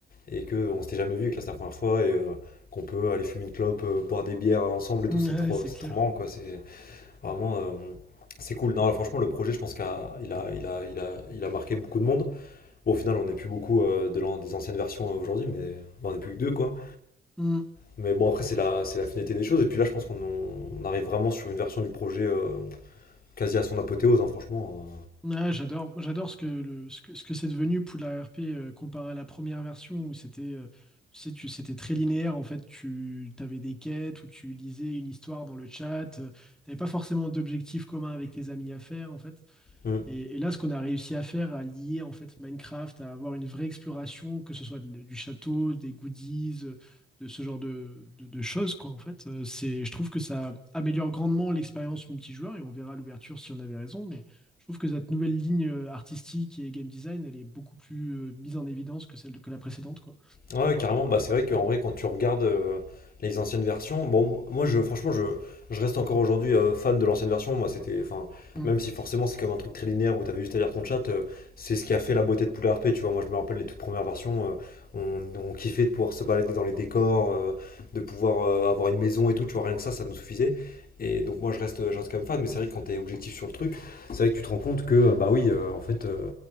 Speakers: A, on the left; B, in the centre.
A: et qu'on s'était jamais vu, et que là, c'était la première fois. Et, euh, qu'on peut aller fumer une clope, euh, boire des bières ensemble et tout,
B: Mm,
A: c'est
B: Ouais,
A: trop,
B: c'est
A: c'est
B: clair.
A: trop marrant, quoi. C'est vraiment, euh, c'est cool. Non, franchement, le projet, je pense qu'il a, il a, il a, il a, il a marqué beaucoup de monde. Bon, au final, on n'est plus beaucoup euh, de l'an- des anciennes versions euh, aujourd'hui, mais on n'est plus que deux, quoi.
B: Mm.
A: Mais bon, après, c'est la, c'est la finalité des choses. Et puis là, je pense qu'on on arrive vraiment sur une version du projet euh, quasi à son apothéose, hein, franchement.
B: Ouais, j'adore, j'adore ce que, le- ce que, ce que c'est devenu Poudlard RP euh, comparé à la première version où c'était euh, tu sais, tu, c'était très linéaire. En fait, tu avais des quêtes où tu lisais une histoire dans le chat. tu n'avais pas forcément d'objectif commun avec tes amis à faire, en fait.
A: euh. Hmm.
B: Et, et là, ce qu'on a réussi à faire, à lier en fait Minecraft, à avoir une vraie exploration, que ce soit de- du château, des goodies, euh, de ce genre de, de- de choses, quoi, en fait, euh, c'est, je trouve que ça améliore grandement l'expérience multijoueur et on verra à l'ouverture si on avait raison, mais je trouve que cette nouvelle ligne euh, artistique et game design, elle est beaucoup plus euh, mise en évidence que celle que la précédente, quoi.
A: Ouais, carrément, bah, c'est vrai qu'en vrai, quand tu regardes euh, les anciennes versions, bon, moi, je, franchement, je, je reste encore aujourd'hui euh, fan de l'ancienne version. Moi, c'était, enfin,
B: Mm.
A: même si forcément c'est comme un truc très linéaire où t'avais juste à lire ton chat, euh, c'est ce qui a fait la beauté de Poula R P Tu vois, moi, je me rappelle les toutes premières versions, euh, on, on kiffait de pouvoir se balader dans les décors, euh, de pouvoir euh, avoir une maison et tout. Tu vois, rien que ça, ça nous suffisait. Et donc, moi, je reste, je reste quand même fan, mais c'est vrai que quand t'es objectif sur le truc, c'est vrai que tu te rends compte que, euh, bah oui, euh, en fait. euh,